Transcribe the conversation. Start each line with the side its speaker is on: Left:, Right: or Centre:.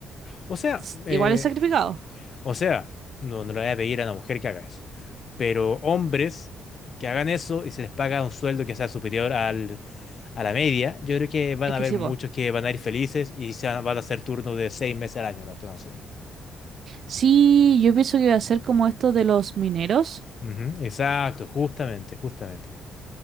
Left: O sea,
Right: s-
Left: eh,
Right: igual es sacrificado.
Left: o sea, no, no le voy a pedir a una mujer que haga eso. Pero hombres que hagan eso y se les paga un sueldo que sea superior al, a la media, yo creo que van
Right: Es
Left: a
Right: que
Left: haber
Right: sí,
Left: muchos
Right: vos.
Left: que van a ir felices y se van van a hacer turnos de seis meses al año, una cuestión así.
Right: Sí, yo pienso que va a ser como esto de los mineros,
Left: Ujú, exacto, justamente, justamente.